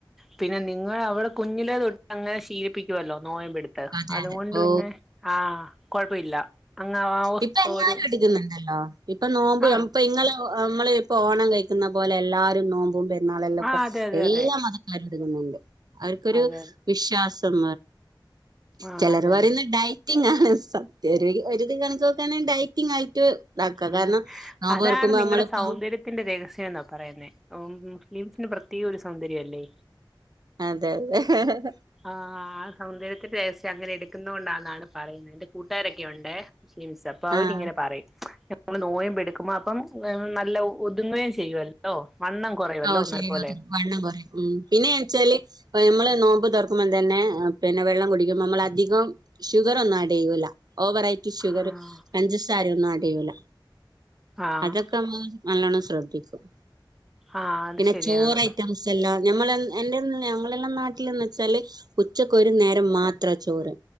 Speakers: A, in the centre; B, on the right.
A: പിന്നെ നിങ്ങള് അവളെ കുഞ്ഞിലേ തൊട്ട് അങ്ങനെ ശീലിപ്പിക്കുവല്ലോ നോയമ്പടുത്ത്
B: അതെ
A: അതുകൊണ്ട്
B: അതെ ഓ
A: പിന്നെ ആ കൊഴപ്പമില്ല. അങ്ങാ ആ
B: ഇപ്പൊ
A: <unintelligible>
B: എല്ലാരും എടുക്കുന്നുണ്ടല്ലോ ഇപ്പൊ നോമ്പും
A: ആഹ്
B: ഇപ്പൊ ഇങ്ങള് നമ്മൾ ഇപ്പ ഓണം കഴിക്കുന്ന പോലെ എല്ലാരും നോമ്പു നമ്മളെല്ലാ ഇപ്പ
A: ആഹ് അതെ അതെ
B: എല്ലാ
A: അതെ
B: മതക്കാരും എടുക്കുന്നുണ്ട് അവർക്കൊരു
A: അതെ
B: വിശ്വാസം
A: ആഹ്
B: ചിലർ
A: അതെ
B: പറയുന്ന
A: അതെ
B: ഡയറ്റിങ്ങാണ്, സത്യയായിരിക്കും <unintelligible> ഡയറ്റി ആയിട്ട് ഉണ്ടാക്കുക
A: ആഹ്
B: കാരണം നോമ്പ്
A: അതാണ്
B: തുറക്കുമ്പോ
A: നിങ്ങടെ
B: നമ്മളിപ്പോ
A: സൗന്ദര്യത്തിന്റെ രഹസ്യം എന്നാ പറയുന്നെ, മുസ്ലിംസിന് പ്രത്യേക ഒരു സൗ ശരിയല്ലേ
B: അതെ അതെ
A: ആ, ആ സൗന്ദര്യത്തിന്റെ രഹസ്യം അങ്ങനെ എടുക്കുന്ന കൊണ്ടാന്നാണ് പറയുന്നത്. കൂട്ടുകാരൊക്കെ ഉണ്ടേ മുസ്ലിംസ്, അപ്പൊ അവരിങ്ങനെ
B: ആഹ്
A: പറയും നമ്മൾ നോയമ്പ് എടുക്കുമ്പോൾ അപ്പം നല്ല ഒതുങ്ങുകയും ചെയ്യുവല്ലോ. വണ്ണം കുറയുവല്ലോ
B: ആഹ,
A: ഒന്നര
B: ശരിയാ
A: പോലെ
B: വണ്ണം കുറയും, ഉം പിന്നെ വെച്ചാല് നമ്മള് നോമ്പ് തൊറ ക്കുമ്പ തന്നെ പിന്നെ വെള്ളം കുടിക്കുമ്പോ നമ്മൾ അധികം ഷുഗർ ഒന്നും ആഡ് ചെയൂല ഓവറായിറ്റ് ഷുഗർ,
A: ആഹ്
B: പഞ്ചസാര ഒന്നും ആഡ് ചെയ്യുല,
A: ആഹ്
B: അതൊക്കെ ന നല്ലോണം ശ്രദ്ധിക്കും
A: ആഹ് അത്
B: പിന്നെ
A: ശരിയാണ്
B: ചോറ് ഐറ്റംസ് എല്ലാം ഞമ്മൾ എന്റെ, ഞമ്മളെല്ലാം നാട്ടിലന്ന് വെച്ചാല് ഉച്ചക്ക് ഒരു നേരം മാത്രാചോറ്.